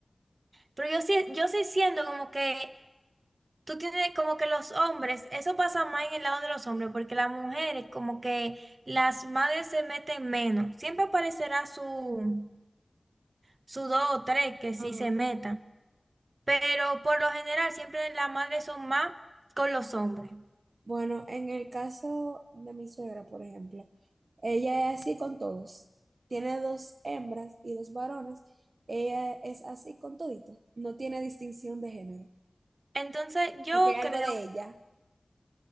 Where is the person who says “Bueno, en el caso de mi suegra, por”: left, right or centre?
Right